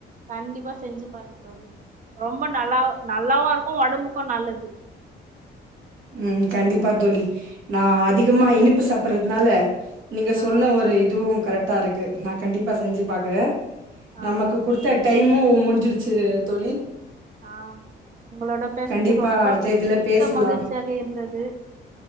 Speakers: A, on the right (about 40°); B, on the right (about 85°).
A: கண்டிப்பா செஞ்சு பாருங்க தோழி ரொம்ப நல்லா நல்லாவா இருக்கு ஒடம்புக்கு நல்லது
B: உம் கண்டிப்பா தோலி நா அதிகமா இனிப்பு சாப் புறதுனால நீங்க
A: ஆ
B: சொன்ன ஒரு இதுவு கரெக்டா இருக்கு நா கண்டிப்பா செஞ்சு பாக்குறே
A: ஆ
B: நமக்கு
A: ஆ
B: குடுத்த டைமு முடிஞ்சிடுச்சு தோழி
A: ஆ உங்களோட பேசுனது
B: கண்டிப்பா
A: ரொம்ப
B: அடுத்த இதுல
A: மிக்க
B: பேசலாம்.
A: மகிழ்ச்சியாக இருந்தது